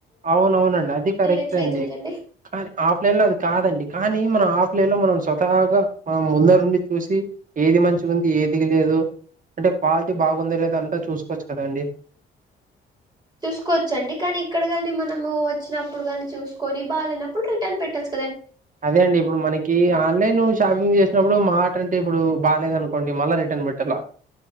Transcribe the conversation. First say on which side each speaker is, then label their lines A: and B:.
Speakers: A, on the right; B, on the right.
A: అవునవునండి అది కరెక్ట్
B: ఎట్లయితుందండి
A: అండి కానీ ఆఫ్లైన్ లో అది కాదండి కానీ టే మన ఆఫ్లైన్ లో మనం స్వతాగా మనం ముందరుండి చూసి ఏది మంచిగుంది ఏది లేదో అంటే క్వాలిటీ బాగుంది లేదా అంతా చూసుకోవచ్చు కదాండి
B: చూసుకోచ్చండి కానీ ఇక్కడ గాని మనము వచ్చినప్పుడు గాని చూసుకొని బాలేనప్పుడు రిటర్న్ పెట్టొచ్
A: అదే అండి ఇప్పుడు మనకి ఆన్లైన
B: ఆన్లైన్.
A: లో షాపింగ్ చేసినప్పుడు మా టంటే ఇప్పుడు బాలేదనుకోండి మళ్ళా రిటర్న్ పెట్టలా